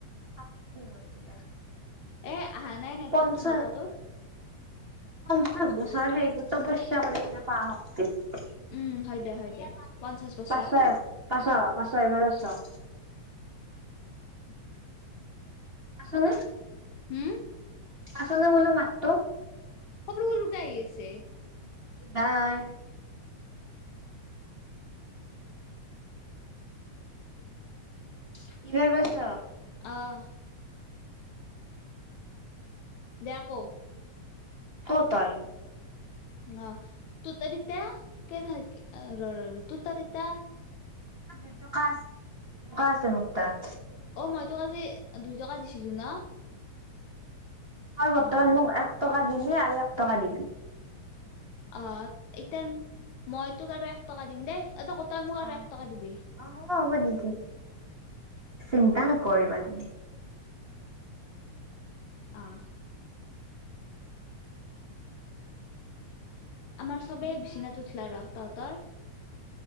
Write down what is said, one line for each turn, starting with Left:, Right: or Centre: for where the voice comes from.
Right: <unintelligible>
Left: এ আহা নাই নেটৱৰ্কটো
Right: পঞ্চ
Left: ভালকে তোৰ
Right: পঞ্চাশ বছৰ হৈ গ'ল। তপস্যা কৰিব নাপাহৰো <unintelligible>
Left: উম হয় দে হয় দে পঞ্চাশ বছৰ
Right: পাঁচ পাঁচ এইফালে চাওঁক।
Left: <inaudible>
Right: উম।
Left: হম।
Right: আচনে বোলো মাতটো।
Left: সৰু সৰু কে আহি আছে।
Right: ভাৰ। <unintelligible> ব্যস্ত
Left: অঁ। বেয়া ক।
Right: কওঁ তই?
Left: অ তোতা দিতা কে থাক তোত তা
Right: দুই টকা আছে মোৰ তাত।
Left: অ মই তোক আজি দুই টকা দিছিলো ন?
Right: তই বৰ্তমান
Left: অ
Right: মোক এক টকা দিলি আৰু এক টকা দিবি।
Left: অ এতিয়া মই তোক আৰু এক টকা দিম দেই, তই মোক আৰু
Right: অ
Left: এক টকা দিবি।
Right: অ হ'ব হ'ব দি দিম, চিন্তা নকৰিবা তুমি।
Left: অ। আমাৰ চবে
Right: তুমি
Left: বিছিনাত উঠিলে ৰ তহঁতৰ?